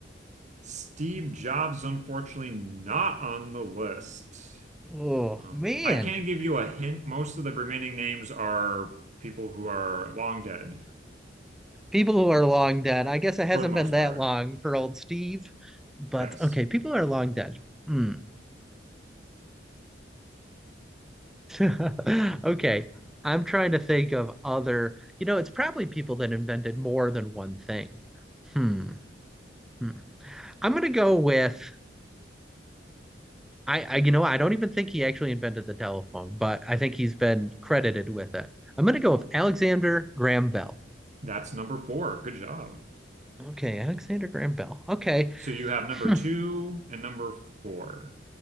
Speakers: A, on the right; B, in the centre.
A: Steve Jobs, unfortunately, not on the list.
B: Oh
A: Um,
B: man,
A: I can give you a hint. Most of the remaining names are people who are long dead,
B: people who are long dead. I guess it hasn't
A: for the most
B: been that
A: part.
B: long for old Steve, but
A: Yes.
B: okay, people are long dead. Hmm. <laughs> okay, I'm trying to think of other. You know, it's probably people that invented more than one thing. Hmm. hmm. I'm gonna go with I, I, you know, I don't even think he actually invented the telephone, but I think he's been credited with it. I'm going to go with Alexander Graham Bell.
A: That's number four. Good job.
B: Okay, Alexander Graham Bell. Okay,
A: So you have number
B: Hmm.
A: two and number four.